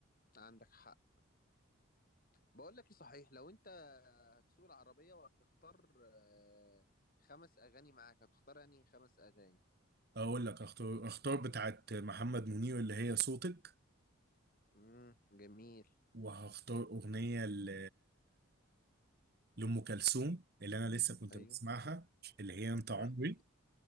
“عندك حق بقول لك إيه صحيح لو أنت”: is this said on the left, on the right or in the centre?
Left